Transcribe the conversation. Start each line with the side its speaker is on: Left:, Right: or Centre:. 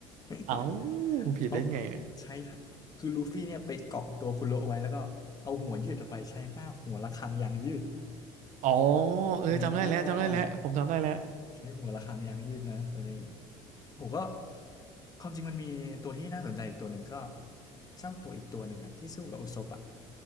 Right: เอ้า
Left: <laughs>
Right: ผิดได้ไงเนี่ย
Left: เขาใช้ท่าคือลูฟี่เนี่ยไปเกาะตัวคุณโลเอาไว้แล้วก็เอาหัวยืดออกไปใช้ห้าหัวระฆังยางยืด
Right: อ๋อเออจำได้แล้วจำได้แล้วผมจำได้แล้ว
Left: อ่าใช้หัวระฆังยางยืดนะตัวนี้ ผมก็ความจริงมันมีตัวที่น่าสนใจอีกตัวหนึ่งก็เจ้าตัวอีกตัวหนึ่งอะที่สู้กับอุศปอะ